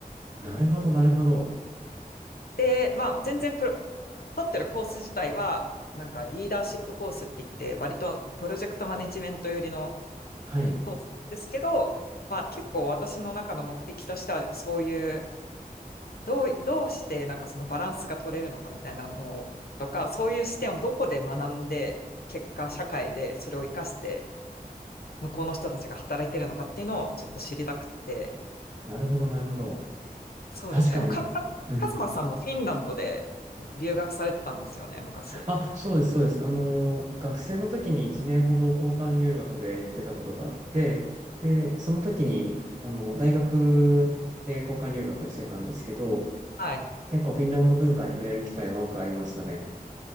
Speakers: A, on the right; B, on the left.
A: なるほど、なるほど。
B: で、まあ、全然プロ、取ってるコース自体は、なんかリーダーシップコースって言って、割とプロジェクトマネジメント寄りの
A: はい。
B: コースなんですけど、まあ、結構私の中の目的としては、そういう、どう、どうしてなんかそのバランスが取れるのかみたいなのとか、そういう視点をどこで学んで、結果社会でそれを活かして、向こうの人たちが働いてるのかっていうのをちょっと知りたくて、
A: なるほど、なるほど。
B: そうですね。
A: 確かに。
B: もうか、か、
A: うん
B: カズマさんもフィンランドで留学されてたんですよね、昔。
A: あ、そうです、そうです。あの、学生の時に1年ほど交換留学で行ってたことがあって、で、その時に、あの、大学で交換留学してたんですけど、
B: はい。
A: 結構フィンランド文化に触れる機会は多くありましたね。